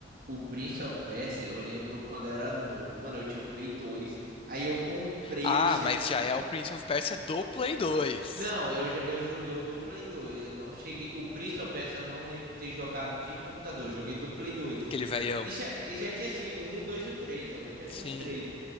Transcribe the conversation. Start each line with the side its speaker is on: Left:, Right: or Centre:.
Right: O Prince of Persia, eu lembro quando eu era novo, mano, eu tinha o Play 2, aí eu comprei
Left: Ah,
Right: o CD.
Left: mas já é o Prince of Persia do Play 2,
Right: Não, eu, já- eu joguei o do Play 2, eu não cheguei. O Prince of Persia eu não lembro de ter jogado de computador, eu joguei do Play 2.
Left: aquele velhão.
Right: E já, e já tinha assim, o 1, 2 e o 3, eu lembro que já
Left: Sim.
Right: tinha os três.